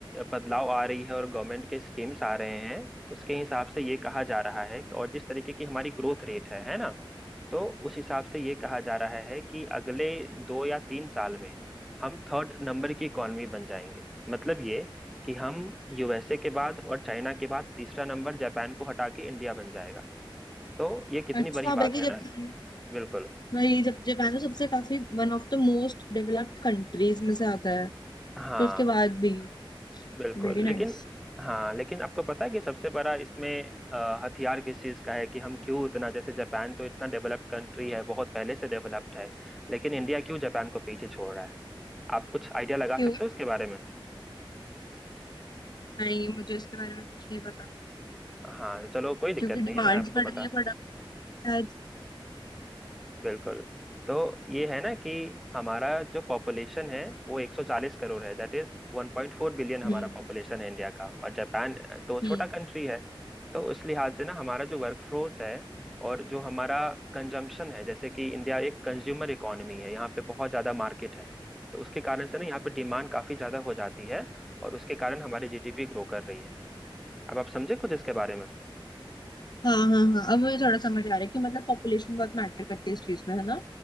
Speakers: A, in the centre; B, on the left.
A: बदलाव आ रही है और गवर्नमेंट के स्कीम्स आ रहे हैं उसके हिसाब से ये कहा जा रहा है और जिस तरीके की हमारी ग्रोथ रेट है है ना तो उस हिसाब से ये कहा जा रहा है कि अगले दो या तीन साल में हम थर्ड नंबर की इकोनॉमी बन जाएंगे मतलब ये कि हम यूएसए के बाद और चाइना के बाद तीसरा नंबर जापान को हटा के इंडिया बन जाएगा तो ये कितनी
B: अच्छा
A: बड़ी बात
B: बल्कि
A: है
B: जापान
A: ना बिल्कुल
B: वही जब जापान तो सबसे काफी one of the most developed countries में से आता है
A: हाँ
B: तो उसके बाद भी
A: बिल्कुल
B: Very nice
A: लेकिन हाँ लेकिन आपको पता है कि सबसे बड़ा इसमें अ, हथियार किस चीज़ का है कि हम क्यों इतना जैसे जापान तो इतना डेवलप्ड कंट्री है बहुत पहले से डेवलप्ड है लेकिन इंडिया क्यों जापान को पीछे छोड़ रहा है आप कुछ आइडिया लगा
B: क्यों
A: सकते हो इसके बारे में
B: नहीं मुझे इसके बारे में कुछ नहीं पता
A: हाँ चलो कोई दिक्कत
B: क्योंकि डिमांड
A: नहीं है मैं आपको
B: बढ़
A: बता
B: रही है प्रोडक्ट शायद
A: बिल्कुल तो ये है ना कि हमारा जो पॉपुलेशन है वो 140 करोड़ है दैट इज 1.4 बिलियन हमारा
B: हम्म
A: पॉपुलेशन है इंडिया का और जापान तो
B: हम्म
A: छोटा कंट्री है तो उस लिहाज से ना हमारा जो वर्कफोर्स है और जो हमारा कंजम्पशन है जैसे कि इंडिया एक कंज्यूमर इकोनॉमी है यहाँ पे बहुत ज्यादा मार्केट है तो उसके कारण से ना यहाँ पे डिमांड काफी ज्यादा हो जाती है और उसके कारण हमारी जीडीपी ग्रो कर रही है अब आप समझे कुछ इसके बारे में
B: हाँ हाँ हाँ अब मुझे थोड़ा समझ आ रहा है कि मतलब पॉपुलेशन बहुत मैटर करती है इस चीज में है ना